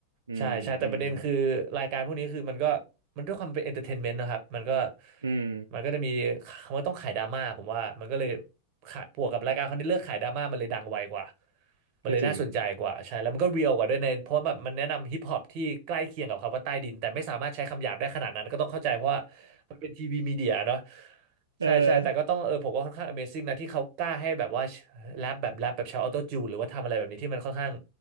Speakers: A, on the right; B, on the right.
A: อืมอืม
B: ใช่ใช่แต่ประเด็นคือรายการพวกนี้คือมันก็มันด้วยความเป็นเอนเตอร์เทนเมนต์นะครับมันก็
A: อืม
B: มันก็จะมีมันต้องขายดราม่าผมว่ามันก็เลยขาบวกกับรายการเขาที่เลือกขายดราม่ามันเลยดังไวกว่ามันเลยน่าสนใจกว่าใช่แล้วมันก็เรียลกว่าด้วยในเพราะแบบมันแนะนำฮิปฮอปที่ใกล้เคียงกับคำว่าใต้ดินแต่ไม่สามารถใช้คำหยาบได้ขนาดนั้นก็ต้องเข้าใจเพราะว่า
A: ก็จริง
B: มันเป็นทีวีมีเดียเนาะ
A: <laughs>
B: ใช่ใช่แต่ก็ต้องเออผมว่าค่อนข้าง
A: เออ
B: Amazing นะที่เขากล้าให้แบบว่าแรปแบบแรปแบบใช้ออโต้จูนหรือว่าทำอะไรแบบนี้ที่มันค่อนข้าง